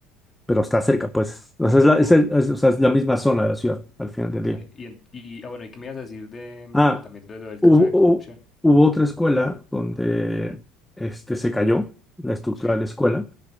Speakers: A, in the centre; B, on the left (about 25°).
A: pero está cerca, pues. O sea, es la,
B: oh,
A: es el- es- o sea, es la misma zona de la ciudad al final
B: ok.
A: del día.
B: Y, en- y ah, bueno, ¿y qué me ibas a decir de,
A: Ah,
B: de también de lo del
A: hubo,
B: caso de
A: hubo
B: corrupción?
A: hubo otra escuela donde este, se cayó la estructura
B: Sí,
A: de la escuela